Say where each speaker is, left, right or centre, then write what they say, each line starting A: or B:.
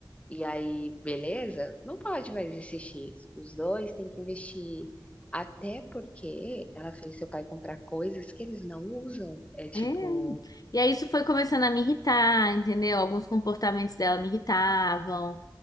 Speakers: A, on the left; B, on the left.
A: e aí, beleza? Não pode mais existir isso. Os dois têm que investir. Até porque ela fez seu pai comprar coisas que eles não usam. É tipo,
B: É, E aí isso foi começando a me irritar, entendeu? Alguns comportamentos dela me irritavam,